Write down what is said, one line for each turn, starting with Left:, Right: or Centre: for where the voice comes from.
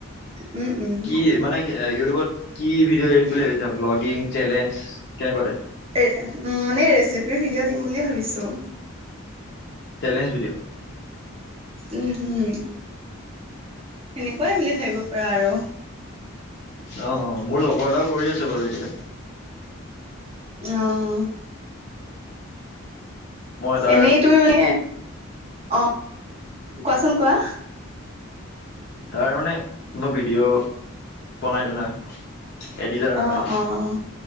Right: উম, উম।
Left: কি মানে কি ইউটিউবত কি ভিডিঅ' এৰিম বুলি ভাবিছা? এ ব্লগিং, চেলেঞ্জ কেনেকোৱা টাইপৰ?
Right: উম, মানে ৰেচিপিৰ ভিডিঅ' দিম বুলি ভাবিছো।
Left: Challenge video?
Right: উম-হম। সেনেকোৱাই বুলি ভাবিব পাৰা আৰু।
Left: অ, মোৰ লগৰ এটাও কৰি আছে বাৰু এতিয়া।
Right: অ।
Left: মই তাৰ
Right: এনেই তুমি মানে, অ কোৱাচোন কোৱা?
Left: তাৰ মানে মই ভিডিঅ' বনাই দিওঁ ন? এডিটাৰ
Right: অ'
Left: মই।
Right: অ'